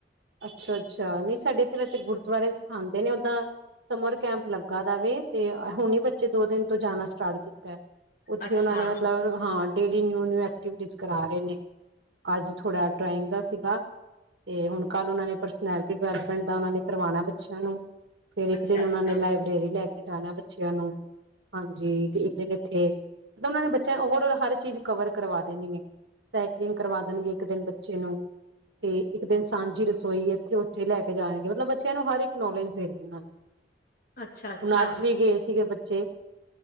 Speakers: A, on the right; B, on the left.
A: ਅੱਛਾ- ਅੱਛਾ। ਨਹੀਂ ਸਾਡੇ ਇੱਥੇ ਵੈਸੇ ਗੁਰਦੁਆਰੇ ਸਿਖਾਉਦੇ ਨੇ, ਓਦਾਂ ਸਮਰ ਕੈਂਪ ਲੱਗਾ ਦਾ ਵੇ, ਤੇ ਹੁਣ ਹੀ ਬੱਚੇ ਦੋ ਦਿਨ ਤੋਂ ਜਾਣਾ ਸਟਾਰਟ ਕੀਤਾ। ਉੱਥੇ
B: ਅੱਛਾ,
A: ਉਹਨਾਂ ਨੇ ਮਤਲਬ ਹਾਂ, ਡੇ ਨਿਊ- ਨਿਊ ਐਕਟੀਵਿਟੀ ਕਰਾ ਰਹੇ ਨੇ ਅੱਜ ਥੋੜਾ ਡਰਾਇੰਗ ਦਾ ਸੀਗਾ ਤੇ ਹੁਣ ਕੱਲ੍ਹ ਉਹਨਾਂ ਨੇ ਪਰਸਨੈਲਿਟੀ ਡਿਵੈਲਪਮੈਂਟ ਦਾ ਉਹਨਾ ਨੇ ਕਰਵਾਣਾ ਬੱਚਿਆਂ ਨੂੰ। ਫਿਰ ਇੱਕ
B: ਅੱਛਾ-ਅੱਛਾ,
A: ਦਿਨ ਉਹਨਾਂ ਨੇ ਲਾਇਬ੍ਰੇਰੀ ਲੈ ਕੇ ਜਾਣਾ ਬੱਚਿਆਂ ਨੂੰ, ਹਾਂਜੀ। ਤੇ ਇੱਕ ਦਿਨ ਇੱਥੇ ਮਤਲਬ ਉਹਨਾਂ ਨੇ ਬੱਚਿਆਂ ਓਵਰੋਲ ਹਰ ਚੀਜ਼ ਕਵਰ ਕਰਵਾ ਦੇਣੀ ਏ, ਸਾਈਕਲਿੰਗ ਕਰਵਾ ਦੇਣਗੇ, ਇੱਕ ਦਿਨ ਬੱਚੇ ਨੂੰ, ਤੇ ਇੱਕ ਦਿਨ ਸਾਂਝੀ ਰਸੋਈ ਇੱਥੇ ਉੱਥੇ ਲੈ ਕੇ ਜਾਣਗੇ, ਮਤਲਬ ਬੱਚਿਆਂ ਨੂੰ ਹਰ ਇੱਕ ਨੌਲੇਜ ਦੇਣੀ ਉਹਨਾਂ ਨੇ।
B: ਅੱਛਾ-ਅੱਛਾ, ਅੱਛਾ।
A: ਹੁਣ ਅੱਜ ਵੀ ਗਏ ਸੀਗੇ, ਬ ਤੇ